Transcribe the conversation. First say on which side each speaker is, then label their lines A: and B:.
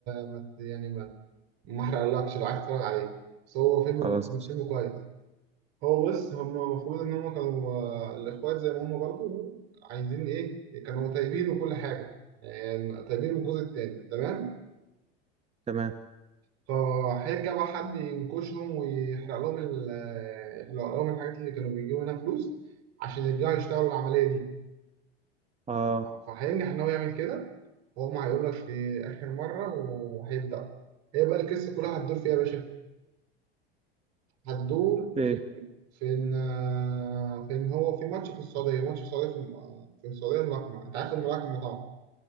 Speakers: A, on the right; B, on the right.
A: مت يعني ما ما احرقلكش لو عايز تتفرج عليه بس هو فيلم
B: خلاص قشطة.
A: فيلم كويس هو بص هم المفروض ان هم كانوا آه، الاخوات زي ما هم برضو عايزين ايه كانوا طيبين وكل حاجه يعني طيبين من الجزء التاني تمام
B: تمام
A: فهيرجع بقى حد ينكشهم ويحرق لهم ال- آه، يحرق لهم الحاجات اللي كانوا بيجيبوا منها فلوس عشان يرجعوا يشتغلوا العمليه دي
B: اه
A: فهينجح ان هو يعمل كده وهم هيقول لك في اخر مره وهيبدا هي بقى القصه كلها هتدور فيها يا باشا هتدور
B: ايه
A: فين آه، فين هو في ماتش في السعودية ماتش في السعودية في, آه، في السعودية الملاكمة انت عارف الملاكمة طبعا